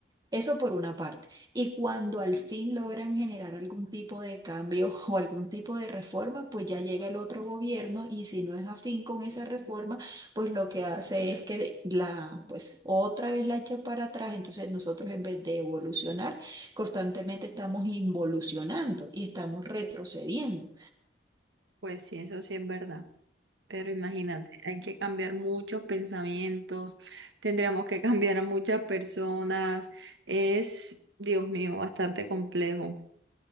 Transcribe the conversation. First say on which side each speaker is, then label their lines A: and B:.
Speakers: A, on the right; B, on the right.
A: Eso por una parte. Y cuando al fin logran generar algún tipo de cambio <laughs> o algún tipo de reforma, pues ya llega el otro gobierno y si no es afín con esa reforma, pues lo que hace es que la, pues otra vez la echa para atrás. Entonces nosotros en vez de evolucionar, constantemente estamos involucionando y estamos retrocediendo.
B: Pues sí, eso sí es verdad. Pero imagínate, hay que cambiar muchos pensamientos, tendríamos que <laughs> cambiar a muchas personas. Es, Dios mío, bastante complejo.